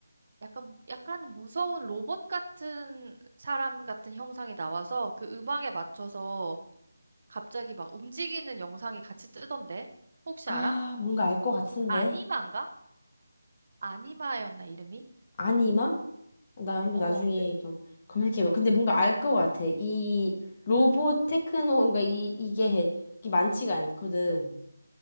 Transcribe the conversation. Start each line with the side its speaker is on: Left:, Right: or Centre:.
Right: 약간, 약간 무서운 로봇 같은 사람 같은 형상이 나와서 그 음악에 맞춰서 갑자기 막 움직이는 영상이 같이 뜨던데? 혹시
Left: 아,
Right: 알아?
Left: 뭔가 알 것 같은데.
Right: 아니만가? 아니마였나 이름이?
Left: 아니마? 나 한번
Right: 어,
Left: 나중에
Right: 그,
Left: 좀 검색해봐. 근데 뭔가 알 것 같아. 이 로봇 테크노인가 이 이게 이게 많지가 않거든.